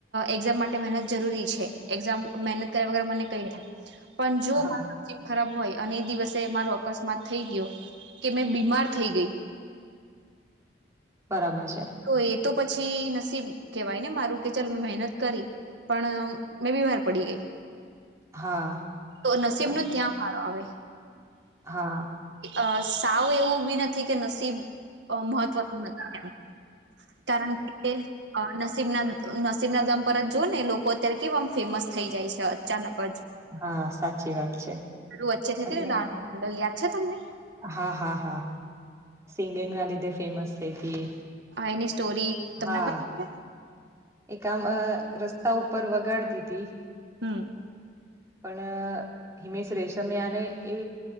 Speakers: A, on the right (about 80°); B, on the right (about 15°).
A: એક્ઝામ માટે મહેનત જરૂરી છે એક્ઝામ મહેનત કર્યા વગર મને કઈ થાય. પન જો
B: હા
A: નસીબ ખરાબ હોય. અને દિવસે મારો અકસ્માત થઈ ગયો કે મેં બીમાર થઈ ગઈ
B: બરાબર છે.
A: તો એ તો પછી નસીબ કેહેવાય ને મારું કે ચાલ મેં મહેનત કરી પણ મેં બીમાર પડી ગઈ.
B: હા
A: તો નસીબ
B: અન
A: નો ત્યાં ફાળો આવે.
B: હા.
A: અ સાવ એવું બી નથી કે નસીબ મહત્વનું નથી. કારણ કે નસીબના નસીબના દમ પરત જો ને લોકો અત્યારે કેમ ફેમસ થઈ જાય છે અચાનક જે
B: હા સાચી વાત છે
A: પેલુ વચ્ચે થઈ
B: અને
A: ને રાનુ મંડલ યાદ છે તમને
B: હા હા હા સિંગિંગ ના લીધે ફેમસ થઈ હતી.
A: એની સ્ટોરી તમને
B: હા.
A: ખબર છે
B: એક આમ રસ્તા ઉપર વગાડતી હતી.
A: હમ્મ.
B: પણ હિમેશ રેશમિયાને એ